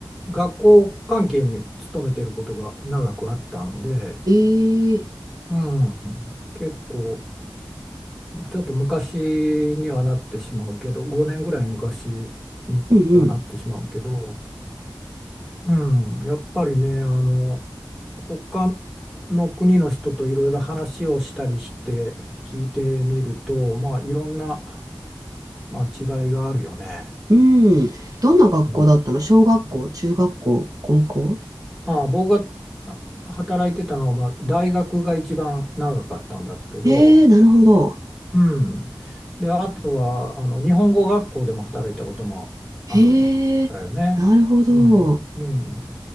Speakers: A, in the centre; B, on the right (about 45°).
A: 学校関係に勤めてることが長くあったので、
B: ええ
A: うん、結構、ちょっと昔にはなってしまうけど、5年ぐらい昔にはなってしまうけど、
B: うん
A: うん、やっぱりね、あの、他の国の人といろいろ話をしたりして聞いてみると、まあ、いろんな、まあ、違いがあるよね。
B: うん。うん。どんな学校だったの小学校、
A: うん。
B: 中学校、高校
A: まあ、僕があ働いてたのは、まあ、大学が一番長かったんだけど、
B: ええなるほど。
A: うん。で、あとは、あの、日本語学校でも働いたこともあるんだよね。
B: ええなるほど。
A: うん。うん。だ